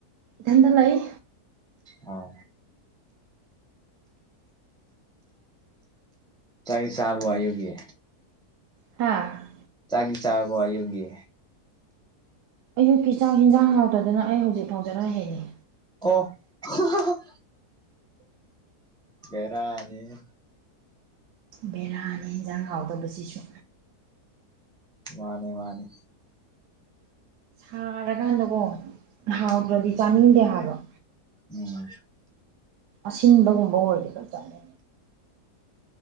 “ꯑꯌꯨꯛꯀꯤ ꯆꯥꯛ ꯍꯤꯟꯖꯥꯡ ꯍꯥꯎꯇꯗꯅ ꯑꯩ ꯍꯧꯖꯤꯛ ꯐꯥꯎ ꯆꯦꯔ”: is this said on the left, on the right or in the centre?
Right